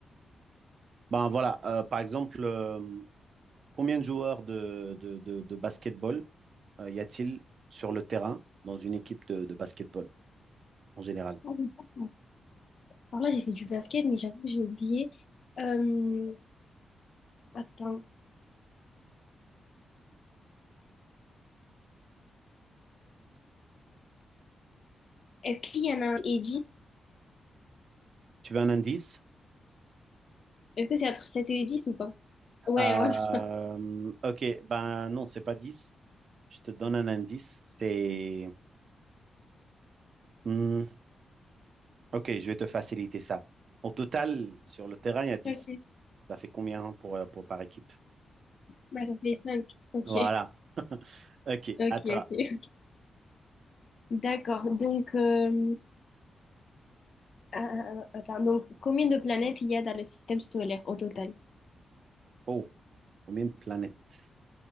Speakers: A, on the right; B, on the left.
A: Ben voilà, euh, par exemple, euh, Combien de joueurs de, de, de, de basketball euh, y a-t-il sur le terrain dans une équipe de, de basketball en général?
B: coup, Alors là, j'ai fait du basket, mais j'avoue que j'ai oublié. Euh, attends. Est-ce qu'il y en a un et 10?
A: Tu veux un indice?
B: Est-ce que c'est entre 7 et 10 ou pas? Ouais,
A: Euh,
B: voilà. <laughs>
A: ok, ben non, c'est pas 10. Je te donne un indice. C'est. Hmm, ok, je vais te faciliter ça. Au total, sur le terrain, il y a dix.
B: Ok.
A: Ça fait combien pour, euh, pour par équipe?
B: Bah, ça fait cinq Ok.
A: Voilà. <laughs> Ok,
B: Ok,
A: attends.
B: ok. D'accord. Donc, euh, euh, attends. Donc, combien de planètes il y a dans le système solaire au total?
A: Oh, combien de planètes?